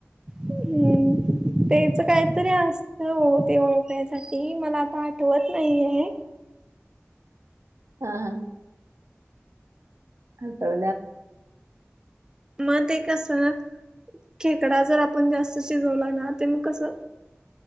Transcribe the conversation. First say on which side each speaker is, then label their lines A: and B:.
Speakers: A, on the right; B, on the right.
A: <unintelligible> तेच काहीतरी असत हो ते ओळखयसाठी मला आता आठवत नाहीये.
B: हा हा आता
A: मग ते कसं? खेकडा जर आपण जास्त शिजवला ना ते मग कसं